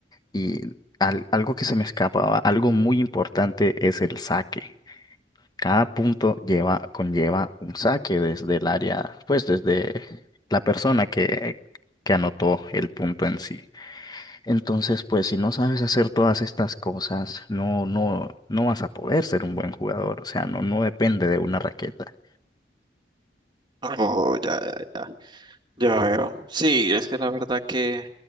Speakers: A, on the left (about 20°); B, on the right (about 25°).
A: y al- algo que se me escapaba, algo muy importante es el saque. Cada punto lleva, conlleva un saque desde el área, pues desde la persona que, que anotó el punto en sí. Entonces, pues si no sabes hacer todas estas cosas, no, no, no vas a poder ser un buen jugador. O sea, no, no depende de una raqueta.
B: Oh, ya, ya, ya. Ya veo. Sí, es que la verdad que